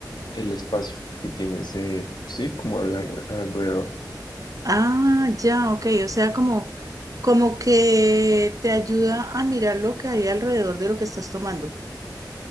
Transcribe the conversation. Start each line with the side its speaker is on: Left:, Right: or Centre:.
Left: el espacio que tiene ese, sí, como al alre- alrededor.
Right: Ah, ya, ok. O sea, como, como que te ayuda a mirar lo que hay alrededor de lo que estás tomando.